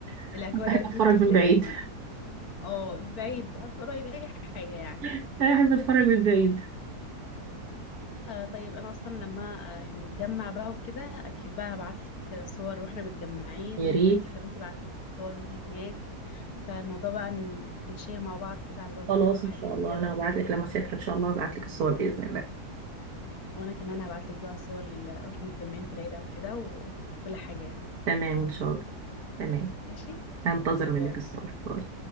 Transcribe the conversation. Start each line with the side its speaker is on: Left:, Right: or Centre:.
Right: <laughs>
Left: الاجواء
Right: بحب
Left: العيد
Right: أتفرج
Left: دي بتفرق
Right: من بعيد
Left: في اه البعيد بقى قريب اي حاجة يعني
Right: <laughs> أنا بحب أتفرج من بعيد
Left: آه طيب انا اصلا لما آه يعني نتجمع بقى وكده اكيد بقى هبعت لك صور واحنا متجمعين
Right: يا ريت
Left: وانتي كمان تبعتي لي صور وانتي هناك فالموضوع بقى ن- نشير مع بعض كده على الواتساب
Right: خلاص
Left: او حاجه
Right: إن شاء الله
Left: ايه رايك
Right: أنا هبعت لك لما أسافر إن شاء الله هبعت لك الصور بإذن الله
Left: وانا كمان هبعت لك بقى صور ال- واحنا متجمعين في العيد او كده وكل حاجه يعني
Right: تمام إن شاء الله تمام
Left: ماشي
Right: هنتظر
Left: يلا باي
Right: منك الصور باي